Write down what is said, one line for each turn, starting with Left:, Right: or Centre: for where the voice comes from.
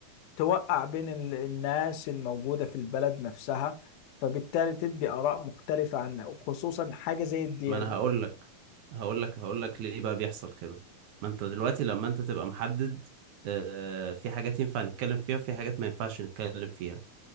Left: توقع بين ال- الناس الموجودة في البلد نفسها فبالتالي تدي آراء مختلفة عنها وخصوصا حاجة زي الديانة
Right: ما انا هقول لك هقول لك هقول لك ليه بقى بيحصل كده ما انت دلوقتي لما انت تبقى محدد آه في حاجات ينفع نتكلم فيها وفي حاجات ما ينفعش نتكلم فيها